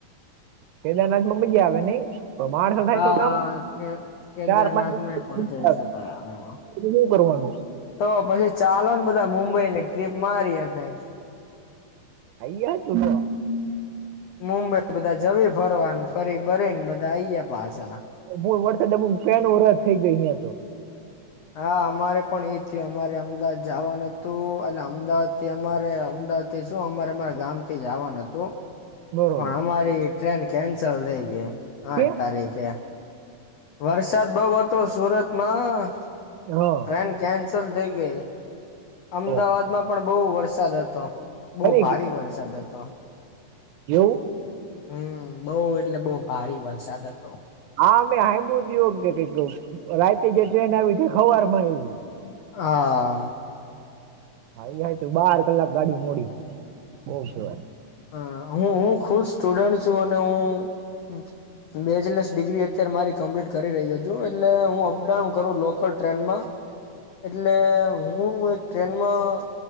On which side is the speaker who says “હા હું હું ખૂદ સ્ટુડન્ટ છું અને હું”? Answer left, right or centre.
Left